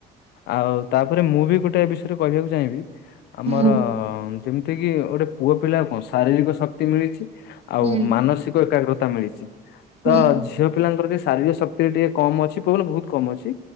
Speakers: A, on the left; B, on the right.
A: ଆଉ ତାପରେ ମୁଁ ବି ଗୋଟେ ବିଷୟରେ କହିବାକୁ ଚାହିଁବି ଆମର
B: ହୁଁ
A: ଯେମିତି କିି ଗୋଟେ ପୁଅ ପିଲା କଣ ଶାରୀରିକ ଶକ୍ତି ମିଳିଛି। ଆଉ
B: ହୁଁ
A: ମାନସିକ ଏକାଗ୍ରତା ମିଳିଛି। ତ
B: ହୁଁ
A: ଝିଅ ପିଲାଙ୍କର ଟିକେ ଶାରୀରିକ ଶକ୍ତି ଟିକେ କମ ଅଛି ପୁଣି ବହୁତ କମ ଅଛି